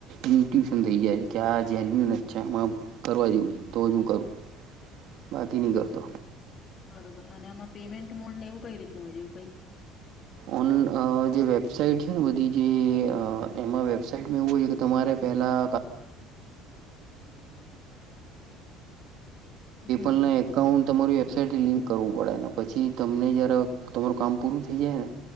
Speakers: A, on the right; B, on the left.
A: ન્યુટ્યુશન થઈ જાય છે કે આ જેન્યુન અછામાં કરવા જેવું છે તો હું કરું બાકી નહી કરતો
B: બરોબર અને આમાં પેમેન્ટ મોડ ને એવું કઈ રીતનું હોય એવ કઈ
A: આની આ જે વેબસાાઈટ છે ને બધી જે એમાં વેબસાાઈટ મે એવું હોય છે કે તમારે પહેલાં
B: હમ્મ.
A: <unintelligible> અકાઉન્ટ તમારી વેબસાઈટથી લિંક કરવું પડે ને પછી તમને જ્યારે તમારું કામ પૂરું થઈ જાય ને